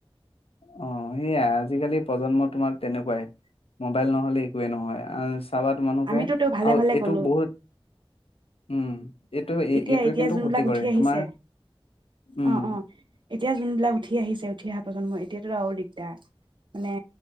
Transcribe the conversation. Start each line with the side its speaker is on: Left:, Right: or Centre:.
Left: অ সেইয়া আজিকালি প্ৰজন্ম তোমাৰ তেনেকুৱাই মোবাইল নহলে একয়ে নহয় চাবাত মানুহকে
Right: আমিতো তেওঁ ভালে
Left: আৰু
Right: ভালে
Left: এইটো
Right: গ'লো
Left: বহুত উম এইটো
Right: এতিয়া
Left: এইটোৱে
Right: এতিয়া
Left: কিন্তু
Right: যোনবিলাক
Left: ক্ষতি কৰে
Right: উঠি আহিছে
Left: তোমাৰ, উম
Right: অ' অ' এতিয়া যোনবিলাক উঠি আহিছে উঠি অহা প্ৰজন্ময় <unintelligible> দিগদাৰ। মানে,